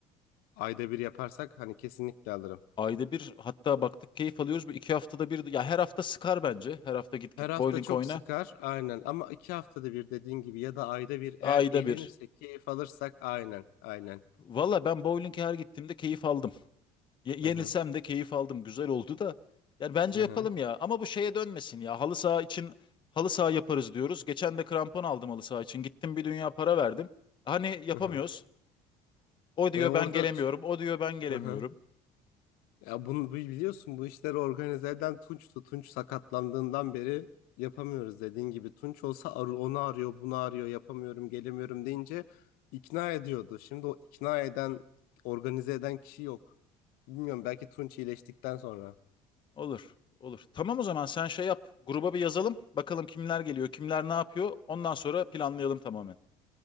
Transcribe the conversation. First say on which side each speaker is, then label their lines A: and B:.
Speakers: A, on the left; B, on the left.
A: Ayda bir yaparsak hani kesinlikle alırım.
B: Ayda bir hatta baktık keyif alıyoruz. Bu iki haftada bir ya her hafta sıkar bence. Her hafta git git
A: Her hafta
B: bowling
A: çok
B: oyna.
A: sıkar aynen ama iki haftada bir dediğin gibi ya da ayda bir eğer
B: Ayda
A: eğlenirsek
B: bir.
A: keyif alırsak aynen aynen.
B: Valla ben bowling'e her gittiğimde keyif aldım. Ye- yenilsem
A: Hı hı
B: de keyif aldım. Güzel oldu da. Yani bence
A: hı
B: yapalım
A: hı.
B: ya. Ama bu şeye dönmesin ya. Halı saha için halı saha yaparız diyoruz. Geçen de krampon aldım halı saha için. Gittim bir dünya para verdim. Hani yapamıyoruz.
A: hı hı.
B: O diyor
A: E orada
B: ben gelemiyorum.
A: t-
B: O diyor ben gelemiyorum.
A: hı hı. Ya bunu bu- biliyorsun bu işleri organize eden Tunç'tu. Tunç sakatlandığından beri yapamıyoruz dediğin gibi. Tunç olsa ar- onu arıyor bunu arıyor yapamıyorum gelemiyorum deyince ikna ediyordu. Şimdi o ikna eden organize eden kişi yok. Bilmiyorum belki Tunç iyileştikten sonra.
B: Olur. Olur. Tamam o zaman sen şey yap. Gruba bir yazalım. Bakalım kimler geliyor, kimler ne yapıyor. Ondan sonra planlayalım tamamen.